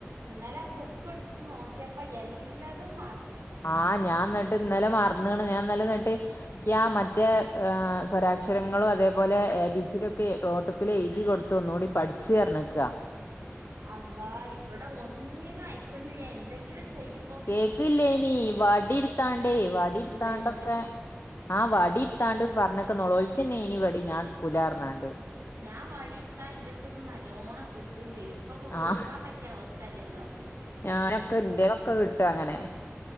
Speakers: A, on the right (about 85°); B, on the left (about 55°).
A: ഇന്നലെ ബുക്ക്ട്ത്ത് നോക്ക്യപ്പോ എല്ലാ തും മറന്ന്ക്ക്‌ണ്
B: ആഹ് ഞാൻ ന്ന്ട്ട് ഇന്നലെ മർന്ന്ണ് ഞാൻ ഇന്നലെന്ന്ട്ട് ക്ക്യാ മറ്റേ സ്വരാക്ഷരങ്ങളും അതേപോലെ എ ബി സി ഡി ഒക്കെ നോട്ടുബുക്കിലെയ്തി കൊട്ത്ത് ഒന്നൂടി പഠിച്ച് പർഞ്ക്ക
A: അല്ലാഹ് ഇവടെ ഒന്നിനും അയക്ക്‌ണില്ല എന്തെങ്കിലും ചെയ്യുമ്പോ
B: കേക്കില്ലേനി വടിട്ത്താണ്ടേ വടിട്ത്താണ്ടൊക്കെ
A: നുളെൾച്ച
B: ആ വടി
A: ആഹ്
B: ത്താണ്ട് പറഞ്ക്ക നൊലോൾച്ചെന്നേനി ഇവടിം ഞാൻ ഇട്ക്കൂലാർഞാണ്ട്
A: ഞാൻ വടിട്ത്താ ഇന്റെട്ത്ത്ന്ന് നല്ലോണം കിട്ടും ചെയ്യും ഇപ്പപ്പൊ കൊടുക്കാ
B: ആഹ്
A: പറ്റിയ അവസ്ഥയല്ലല്ലോ
B: ഞാനൊക്കെ ഇന്റെന്നൊക്കെ കിട്ടും അങ്ങനെ